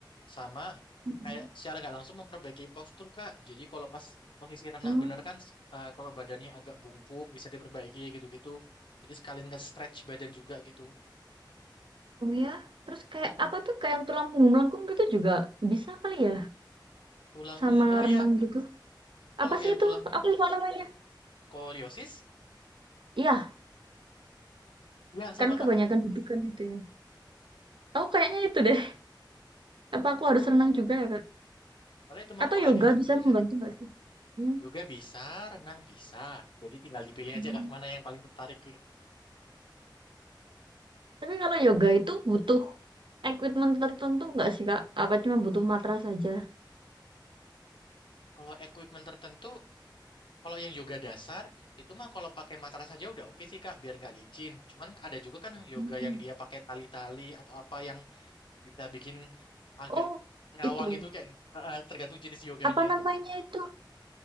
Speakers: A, on the left; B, on the right.
A: sama
B: Mm-mm.
A: kayak secara nggak langsung memperbaiki postur Kak. Jadi kalau pas posisi renang
B: Hmm,
A: bener kan eh, kalau badannya agak bungkuk bisa diperbaiki gitu-gitu. Jadi sekalian nge-stretch badan juga gitu.
B: oh oh ya. Terus kayak
A: Mm-mm.
B: apa tuh kayak yang tulang punggung melengkung gitu juga bisa kali ya
A: Tulang
B: sama
A: punggung. Oh
B: renang
A: ya,
B: gitu.
A: kalau
B: Apa sih
A: yang
B: itu?
A: tulang ini
B: Aku lupa namanya.
A: skoliosis
B: Iya,
A: ya sama
B: kan
A: Kak.
B: kebanyakan dudukan itu ya. Aku kayaknya itu deh. Apa aku harus
A: Oh,
B: renang juga ya, Kak?
A: soalnya temanku
B: Atau yoga
A: ada juga
B: bisa membantu
A: ya.
B: nggak sih? Hmm.
A: Yoga bisa, renang bisa. Jadi tinggal dipilih
B: Hmm.
A: aja Kak mana yang paling tertarik.
B: Tapi kalau yoga itu butuh equipment tertentu nggak sih, Kak? Apa cuma butuh matras saja?
A: Kalau equipment tertentu Kalau yang yoga dasar itu mah kalau pakai matras saja udah oke sih Kak, biar nggak licin. Cuman ada juga kan yoga
B: mm
A: yang dia pakai tali-tali atau apa yang bisa bikin agak
B: Oh,
A: ngawang
B: itu.
A: itu kayak <laughs> tergantung jenis yoganya
B: apa namanya
A: itu.
B: itu